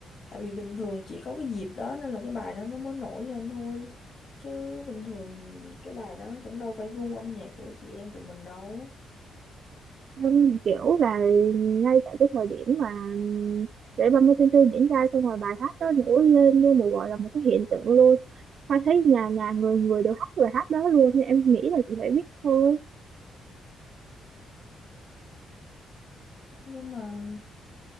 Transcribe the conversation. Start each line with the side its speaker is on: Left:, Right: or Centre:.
Left: tại vì bình thường chỉ có cái dịp đó nên là cái bài đó nó mới nổi lên thôi. Chứ bình thường cái bài đó cũng đâu phải gu âm nhạc của chị em tụi mình đâu.
Right: Vâng, kiểu là ngay tại cái thời điểm mà lễ 30 tháng tư diễn ra xong rồi bài hát đó nổi lên như một gọi là một cái hiện tượng luôn Hoa thấy nhà nhà người người đều hát bài hát đó luôn nên em nghĩ là chị phải biết thôi
Left: nhưng mà